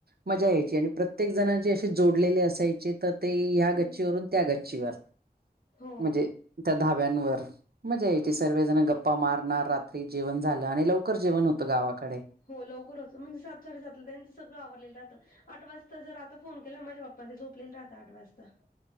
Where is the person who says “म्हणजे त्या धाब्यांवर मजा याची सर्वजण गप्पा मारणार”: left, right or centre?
Right